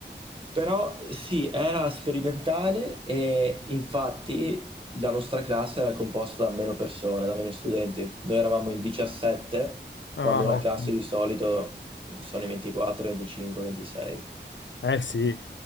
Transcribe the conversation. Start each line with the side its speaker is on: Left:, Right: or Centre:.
Right: Però sì, era sperimentale e infatti la nostra classe era composta da meno persone, da meno studenti. Noi eravamo in 17,
Left: Ah,
Right: quando una
Left: ok.
Right: classe di solito sono i 24, 25, 26.
Left: Eh sì,